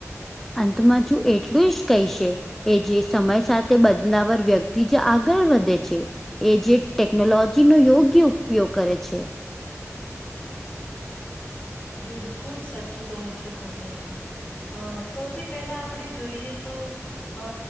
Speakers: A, in the centre; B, on the left (about 30°).
A: અંતમાં છું એટલું જ કહીશે એ જે સમય સાથે બદનાવર વ્યક્તિ જ આગળ વધે છે. એ જે ટેકનોલોજી નો યોગ્ય ઉપયોગ કરે છે.
B: બિલકુલ સાચું કહો છો તમે અ સૌથી પહેલા આપણે જોઈએ તો અ